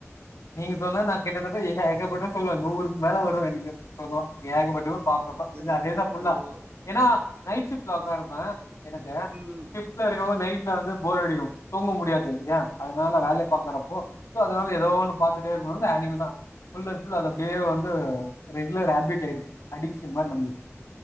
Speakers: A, on the left (about 80°); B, on the right (about 45°).
A: நீங்க சொன்னா நா கிட்டதட்ட ஏகப்பட்டது சொல்லுவ நூருக்கு மேல வரு எனுக்கு அப்பறமா ஏகப்பட்டது பாப்பன்ப்பா
B: நீங்க
A: இது அதேதா ஃபுல்லா
B: நீங்க ஒ
A: ஏனா நைட் ஷிப்ட்ல ஒர்க்கா இருப்ப எனக்கு
B: ம்
A: ஷிப் டல இருக்குமோது நைட்ல வந்து போர் அடிக்கு தூங்க முடியாது இல்லயா அதுனால வேலை பாக்குறப்போ சோ அதுனால எதோ ஒன்னு பாத்துட்டே இருக்கணுனு அனிமிதா ஃபுல் அண் ஃபுல் அது அப்டியே வந்து ரெகுலர் ஹேப்பிட் ஆய்ருச்சு அடிட்டு மாரி நம்ளுக்கு